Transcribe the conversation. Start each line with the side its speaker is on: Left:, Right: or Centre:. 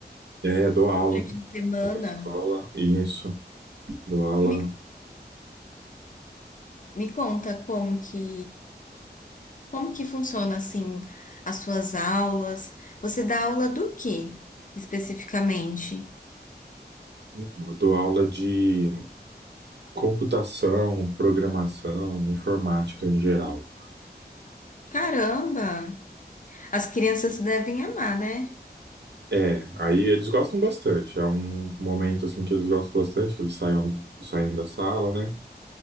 Right: É, dou aula
Left: durante a semana.
Right: numa escola, isso, dou aula,
Left: Me, me conta como que, como que funciona assim as suas aulas? Você dá aula do quê especificamente?
Right: eu dou aula de computação, programação, informática em geral.
Left: Caramba, as crianças devem amar, né?
Right: É, aí eles gostam bastante, é um momento assim que eles gostam bastante, que eles saiam, saem da sala, né?